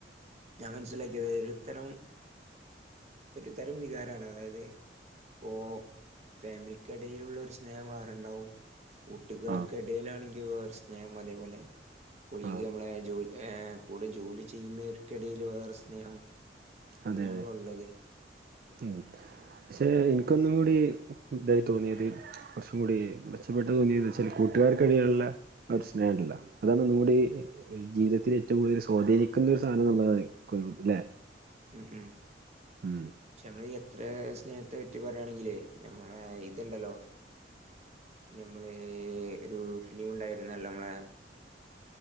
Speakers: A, on the right; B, on the right.
A: ഞാൻ മനസ്സിലാക്കിയത് ഒരു തരും ഒരു തരം വികാരാണ് അതായത് ഓം ഫാമിലിക്ക്ടയിലുള്ള ഒരു സ്നേഹം വേറുണ്ടാവും. കൂട്ടുകാർക്ക്
B: ആ
A: ഇടയിലാണെങ്കിൽ വേറെ സ്നേഹം അതേപോലെ കുളി
B: ആ
A: യീക്കമ്മളെ എഹ് കൂടെ ജോലി ചെയ്യുന്നവർക്കിടൽ വേറെ സ്നേഹം അങ്ങനെയാണല്ലോ
B: അതെ അതെ
A: ഉള്ളത്
B: ഉം പക്ഷെ ഇൻക്കൊന്നും കൂടി ഇതായി തോന്നിയത് കുറച്ചും കൂടി മെച്ചപ്പെട്ട് തോന്നിയത് വെചാൽ കൂട്ടുകാർക്കിടയിലുള്ള ഒര് സ്നേഹം ഉണ്ടല്ലോ അതാണ് ഒന്നും കൂടി ജീവിതത്തില് ഏറ്റവും കൂടുതൽ സ്വാധീനിക്കുന്ന ഒരു സാധനം നമ്മള് അതായിരികുല്ലെ
A: ഉം ഉം
B: ഉം
A: പക്ഷെ നമ്മള് എത്ര സ്നേഹത്തെ പറ്റി പറയാണെങ്കിലേ ഞമ്മളെ ഇത്ണ്ടല്ലോ ഞ ഒരു ഫിലിം ഉണ്ടായിരുന്നല്ലോ നമ്മളെ